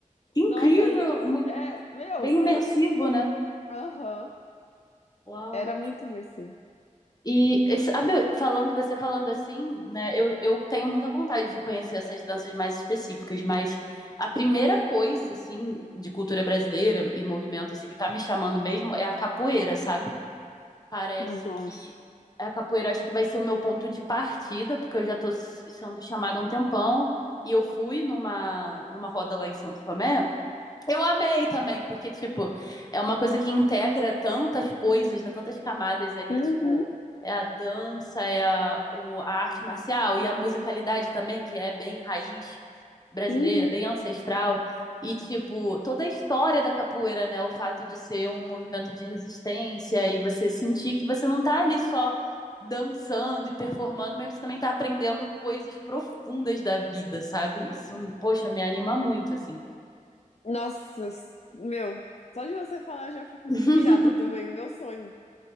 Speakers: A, on the left; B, on the left.
A: que incrível,
B: Nossa, aí
A: mu-
B: é, meu,
A: bem imersivo,
B: era,
A: né?
B: aham,
A: Uau.
B: era muito imersivo.
A: E e sabe, falando, você falando assim, né? Eu, eu tenho muita vontade de conhecer essas danças mais específicas, mas a primeira coisa, assim, de cultura brasileira e movimento, assim, que tá me chamando mesmo é a capoeira, sabe? Parece
B: Nossa.
A: que a capoeira acho que vai ser o meu ponto de partida, porque eu já tô s- sendo chamada há um tempão. E eu fui numa, numa roda lá em São Tomé, eu amei também, porque, tipo, é uma coisa que integra tantas coisas, né? Tantas camadas ali,
B: Uhum,
A: tipo, é a dança, é a, o- a arte marcial e a musicalidade também, que é bem raiz brasileira,
B: uhum.
A: bem ancestral. E, tipo, toda a história da capoeira, né? O fato de ser um movimento de resistência e você sentir que você não tá ali só dançando e performando, mas você também tá aprendendo coisas profundas da vida, sabe? Isso, poxa, me anima muito, assim.
B: Nossa, s- meu, só de você falar eu já fico inspirada
A: <laughs>
B: também. Meu sonho,